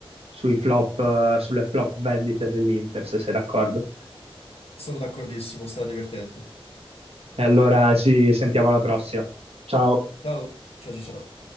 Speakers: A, on the right; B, on the left.
A: sui flop, eh, sulle flop vendite dell'Inter, se sei d'accordo.
B: Sono d'accordissimo, sarà divertente.
A: E allora ci sentiamo alla prossima. Ciao.
B: Ciao, ciao, ciao, ciao.